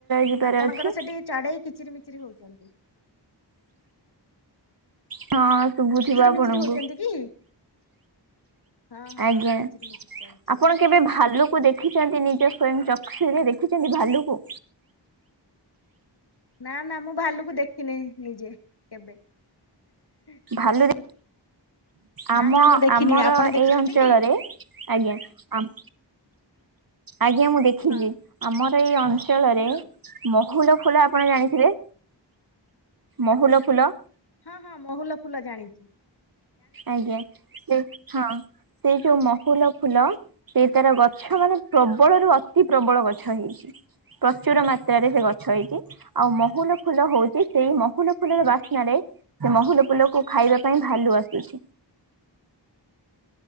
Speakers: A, on the right (about 50°); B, on the left (about 60°).
A: ଯିବାର
B: ଆପଣଙ୍କର
A: ଅଛି
B: ସେଠି ଚଢେଇ କିଚିରି ମିଚିରି ହଉଚନ୍ତି।
A: ହଁ ଶୁଭୁଥିବ ଆପଣଙ୍କୁ।
B: ମିଚିରି ହଉଛନ୍ତି କି? ହଁ ହଁ
A: ଆଜ୍ଞା
B: କିଚିରି ମିଚିରି ଚାଲିଛି
A: ଆପଣ କେବେ ଭାଲୁକୁ ଦେଖିଛନ୍ତି ନିଜ ସ୍ଵୟଂ ଚକ୍ଷୁରେ ଦେଖିଛନ୍ତି ଭାଲୁକୁ।
B: ନା ନା ମୁଁ ଭାଲୁକୁ ଦେଖିନି ନିଜେ କେବେ? <unintelligible>
A: ଭାଲୁ ଦେ
B: ନା
A: ଆମ
B: ନା ମୁଁ ଦେଖିନି
A: ଆମର
B: ଆପଣ ଦେଖିଛନ୍ତି
A: ଏଇ ଅଞ୍ଚଳରେ
B: କି?
A: ଆଜ୍ଞା ଆମ୍ ଆଜ୍ଞା ମୁଁ ଦେଖିଛି
B: ହଁ
A: ଆମର ଏଇ ଅଞ୍ଚଳରେ
B: କୁହନ୍ତୁ
A: ମହୁଲ ଫୁଲ ଆପଣ ଜାଣିଥିବେ ମହୁଲ ଫୁଲ।
B: ହଁ ହଁ ମହୁଲ ଫୁଲ ଜାଣିଚି।
A: ଆଜ୍ଞା ସେ ହଁ ସେ ଯୋଉ ମହୁଲ ଫୁଲ ସେ ତାର ଗଛ ମାନେ ପ୍ରବଳରୁୁ ଅତି ପ୍ରବଳ ଗଛ ହେଇଛି। ପ୍ରଚୁର ମାତ୍ରାରେ ସେ ଗଛ ହେଇଛି ଆଉ ମହୁଲ ଫୁଲ ହଉଛି ସେଇ ମହୁଲ ଫୁଲର ବାସ୍ନାରେ। ସେ ମହୁଲ ଫୁଲକୁ ଖାଇବା ପାଇଁ ଭାଲୁ ଆସୁଛି।